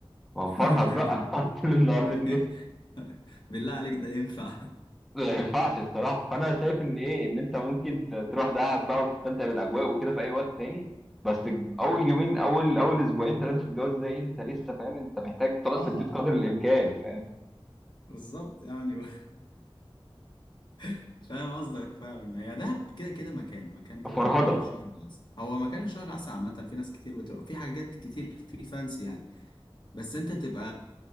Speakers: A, in the centre; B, on the left.
A: وهنفرهد
B: <laughs>
A: بقى <laughs> طول النهار
B: <laughs>
A: بتنام
B: بالله عليك ده ينفع
A: ما ينفعش الصراحة فأنا شايف إن إيه إن أنت ممكن ت- تروح دهب بقى وتستمتع بالأجواء وكده في أي وقت تاني بس أول يومين أول أول أسبوعين ثلاثة في الجواز ده إيه أنت لسه فاهم أنت محتاج تقعد
B: اه
A: في البيت قدر الإمكان فاهم
B: بالظبط يعني و... <laughs> فاهم قصدك فعلا هي دهب كده كده مكان مكان كده
A: فرهضة
B: ال- الشهر العسل هو مكان الشهر العسل عامة في ناس كتير بتروح في حاجات كتير في فانسي يعني بس انت تبقى